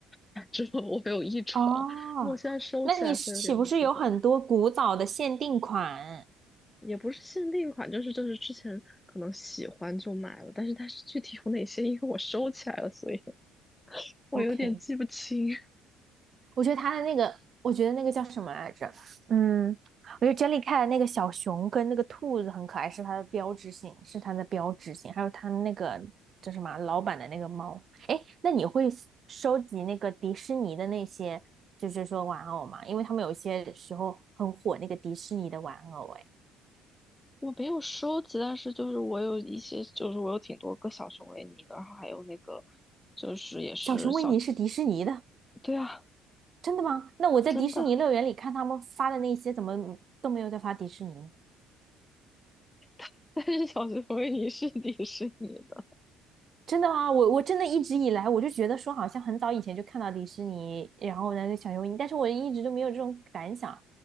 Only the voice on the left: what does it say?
<laughs> 之后我有一床，
那我现在收起来，
所以有点不记得，也不是限定款，就是就是之前可能喜欢就买了，但是它是具体有哪些，因为我收起来了，所以我有点记不清。
<laughs>
我没有收集，但是就是我有一些，就是我有挺多个小熊维尼的，然后还有那个就是也是小，
对啊，
真的，
<laughs> 但是小熊维尼是 <laughs> 迪士尼的，